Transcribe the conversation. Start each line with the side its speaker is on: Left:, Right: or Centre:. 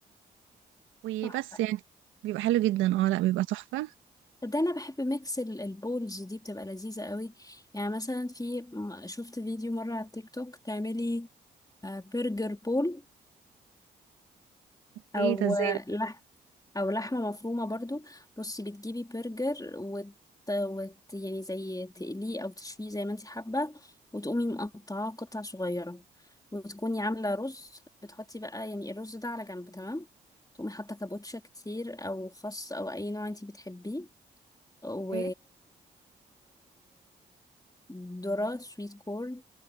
Right: وبس
Left: تحفة.
Right: يعني بيبقى حلو جدا اه لا بيبقى تحفة
Left: ده انا بحب ميكس ال- البولز دي بتبقى لذيذة قوي يعني مثلا في م- شفت فيديو مرة على التيك توك تعملي آه، برجر بول او
Right: ايه ده ازاي
Left: آه،
Right: ده
Left: لح او لحمة مفرومة برضو بصي بتجيبي برجر وت... وت... يعني زي تقليه او تشويه زي ما انت حابة وتقومي مقطعاه قطع صغيرة وتكوني عاملة رز بتحطي بقى يعني الرز ده على جنب تمام تقومي حاطة كابوتشا كتير او خس او اي نوع انت بتحبيه و
Right: ايه
Left: وذرة سويت كورن